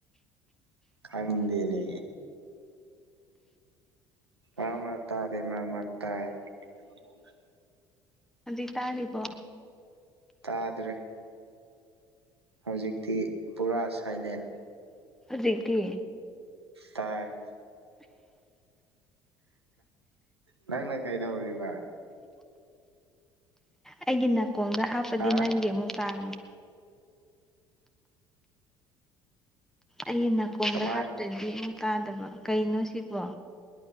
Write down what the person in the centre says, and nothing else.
ꯑꯗꯨ ꯇꯥꯔꯤꯕꯣ
ꯖꯤꯇꯤ
ꯑꯩꯒꯤ ꯅꯥꯀꯣꯡꯗ ꯍꯥꯞꯄꯗꯤ
ꯅꯪꯒꯤ ꯑꯃꯨꯛ ꯇꯥꯡꯉꯅꯤ ꯑꯩ ꯅꯥꯀꯣꯡꯗ
ꯍꯥꯞꯇꯣꯏꯗꯤ ꯑꯃꯨꯛ ꯇꯥꯗꯕ ꯀꯩꯅꯣ ꯁꯤꯕꯣ